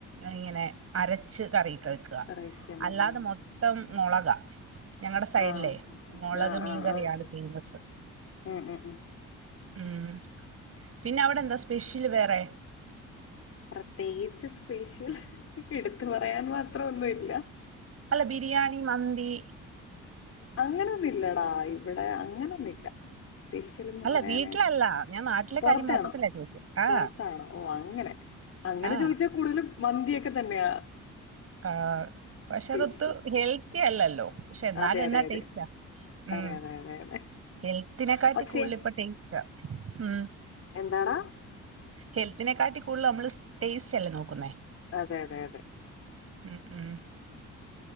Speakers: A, on the right; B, on the left.
A: ഇങ്ങനെ അരച്ച് കറി വെക്ക്യാ
B: കറിവെക്കുന്നതോ
A: അല്ലാതെ മൊത്തം മൊളകാ ഞങ്ങടെ സൈഡില്ലേ
B: ആഹ്
A: മൊളക്
B: ആഹ്
A: മീൻകറിയാണ്
B: ആഹ് ആഹ്
A: ഫേമസ്
B: ഉം ഉം ഉം
A: ഉം പിന്നെ അവടെ എന്താ സ്പെഷ്യല് വേറെ
B: പ്രത്യേകിച്ച് സ്പെഷ്യല് എട്ത്ത് പറയാൻ മാത്രം ഒന്നും ഇല്ലാ
A: അല്ല ബിരിയാണി, മന്തി
B: അങ്ങനൊന്നും ഇല്ലടാ ഇവടെ അങ്ങനൊ ഒന്നു ഇല്ലാ ഡിഷിലിന്ന്
A: അല്ല
B: പറയാനായിട്ട്
A: വീട്ടിലല്ല. ഞാൻ നാട്ടിലെ
B: പൊറത്തെയാണോ
A: കാര്യം മൊത്തത്തിലാ ചോദിച്ചത്. ആ,
B: പൊറത്താണോ ഓ അങ്ങനെ അങ്ങനെ
A: ആ,
B: ചോദിച്ചാ കൂടുതലും മന്തിയൊക്കെ തന്നെയാ
A: ആ പക്ഷെ
B: സ്പെഷ്യൽ
A: അതൊത്ത് ഹെൽത്തിയല്ലല്ലോ പക്ഷെ എന്നാലും
B: അതെ
A: എന്നാ
B: അതെ അതെ
A: ടേസ്റ്റാ ഉം
B: അതെ അതെ അതെ അതെ
A: ഹെൽത്തിനെക്കാട്ടി
B: പക്ഷെ
A: കൂടുതലിപ്പ ടേസ്റ്റ ഉം
B: എന്താടാ
A: ഹെൽത്തിനെക്കാട്ടി കൂടുതല് നമ്മള് ടേസ്റ്റല്ലേ നോക്കുന്നേ
B: അതെ അതെ അതെ
A: ഉം ഉം